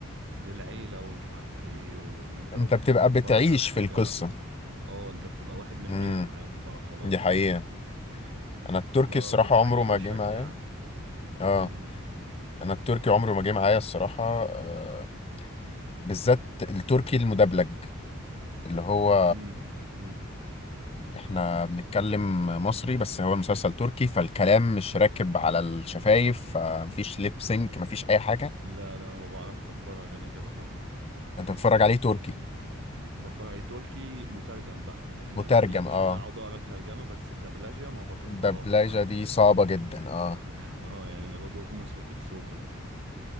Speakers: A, on the right; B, on the left.
A: للعيلة ومش عارف ايه وان انت
B: انت
A: لو بتحب
B: بتبقى
A: تتفرج
B: بتعيش
A: على حاجة
B: في القصة
A: اه انت بتبقى واحد من
B: امم
A: العيلة معاهم بقى خلاص
B: دي حقيقة
A: فاهم؟
B: انا التركي
A: فبتعيشك
B: الصراحة عمره ما جه معايا
A: يعني
B: اه
A: امم
B: انا التركي عمره ما جه معايا الصراحة آه، بالذات التركي المدبلج اللي هو
A: امم أمم.
B: احنا بنتكلم مصري بس هو المسلسل تركي فالكلام مش راكب على الشفايف فمفيش ليب سينك مفيش اي حاجة
A: لا لا ما بعرفش اتفرج انا كده خالص
B: انت بتتفرج عليه تركي
A: بتفرج على تركي مترجم بقى يعني انا
B: مترجم
A: ما عنديش مشكلة
B: اه
A: اقعد اقرا الترجمة بس الدبلجة ما بطيقهاش
B: الدبلجة
A: بصراحة
B: دي
A: <laughs>
B: صعبة جدا اه
A: اه يعني انا بضم صوتي لصوتك يعني